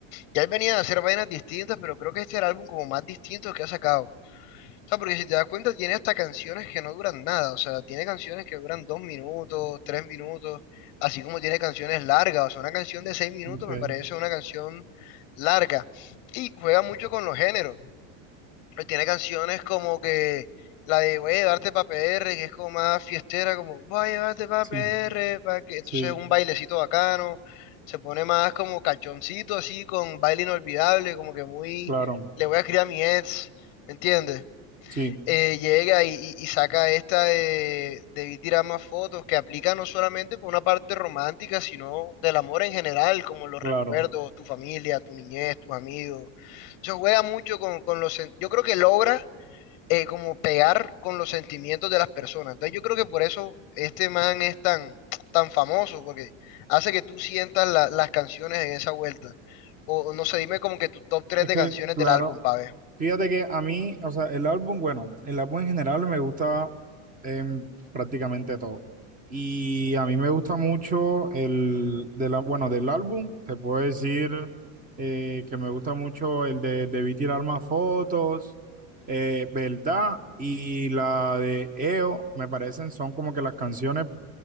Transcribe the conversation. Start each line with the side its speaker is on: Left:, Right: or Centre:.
Left: ya él venía a hacer vainas distintas, pero creo que este era el álbum como más distinto que ha sacado. O sea, porque si te das cuenta, tiene hasta canciones que no duran nada. O sea, tiene canciones que duran dos minutos, tres minutos, así como tiene canciones largas. O sea, una canción de seis minutos
Right: ok,
Left: me parece una canción larga. Y juega mucho con los géneros. Eh, Tiene canciones como que la de Voy a llevarte pa' P R. que es como más fiestera, como Voy a llevarte pa'
Right: sí,
Left: P R. pa' que... Entonces
Right: sí,
Left: un bailecito bacano. Se pone más como cachoncito, así, con baile inolvidable, como que muy...
Right: claro,
Left: Le voy a escribir a mi ex, ¿me entiendes?
Right: sí,
Left: eh, llega y, y- y saca esta de debí tirar más fotos, que aplica no solamente por una parte romántica, sino del amor en general, como los
Right: claro.
Left: recuerdos, tu familia, tu niñez, tus amigos. Se juega mucho con, con los... sen- Yo creo que logra eh, como pegar con los sentimientos de las personas. Entonces yo creo que por eso este man es tan, tan famoso, porque hace que tú sientas la- las canciones en esa vuelta. O o no sé, dime como que tu top 3
Right: Es
Left: de
Right: que,
Left: canciones
Right: claro,
Left: del álbum, pa' ver.
Right: Fíjate que a mí, o sea, el álbum, bueno, el álbum en general me gusta em, prácticamente todo. Y a mí me gusta mucho el, de la, bueno, del álbum, te puedo decir eh, que me gusta mucho el de Debí tirar más fotos, eh, ¿verdad? Y la de EO, me parecen, son como que las canciones